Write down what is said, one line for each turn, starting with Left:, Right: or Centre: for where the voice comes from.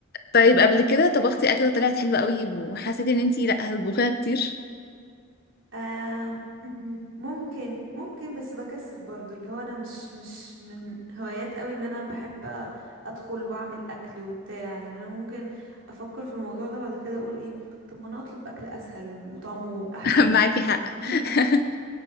Left: طيب قبل كده طبختي اكله طلعت حلوه قوي وحسيتي ان انتي لا هتطبخيها كتير
Right: آم، ممكن ممكن بس بكسل برضو اللي هو انا مش مش من هوايات قوي ان انا بحب ادخل واعمل اكل وبتاع يعني انا ممكن افكر في الموضوع ده بعد كده اقول ايه طب ما انا اطلب اكل اسهل وطعمه احسن
Left: <laughs> معاكي حق
Right: <laughs>
Left: <laughs>